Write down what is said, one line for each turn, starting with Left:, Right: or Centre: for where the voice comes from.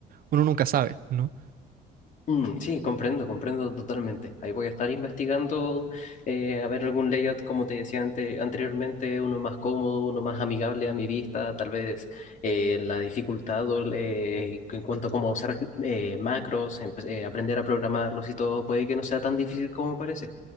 Right: uno nunca sabe, ¿no?
Left: Mm, sí, comprendo, comprendo totalmente. Ahí voy a estar investigando eh, a ver algún layout, como te decía ante- anteriormente, uno más cómodo, uno más amigable a mi vista, tal vez eh, la dificultad o el, eh, en cuanto a cómo usar eh, macros, empe- eh, aprender a programarlos y todo, puede que no sea tan difícil como parece.